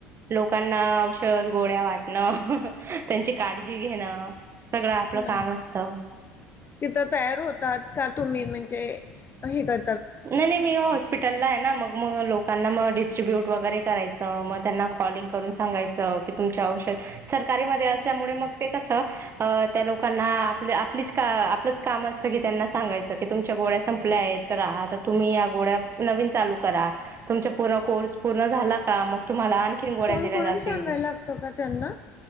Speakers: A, on the right (about 35°); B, on the left (about 30°).
A: लोकांना औषध, गोळ्या वाटणं त्यांची काळजी घेणं, सगळं
B: ह
A: काम असतं
B: तिथं तयार होतात का तुम्ही म्हणजे हे कर,
A: नाही नाही मी हॉस्पिटलला आहे ना मग मग लोकांनाग डिस्ट्रीब्यूट वगैरे, करायचं म त्यांना कॉलंग करून सांगाय क तुम औषध सकारी मध्ये असल्यामुळे मग ते कस, त्या लोकांना आप आप आपलच काम असतं की त्यांना सांगायच तुमच्या गोळ्या संपलं आहे तर आज तुम्ही या गोड्या नवीन चालू करा तुमचा पू कोर्स पूर्ण झाला का मग तुम्हाला गोळ्या
B: फोन
A: दिल्या
B: करून
A: जातील
B: सांगायला लागतो का त्यांना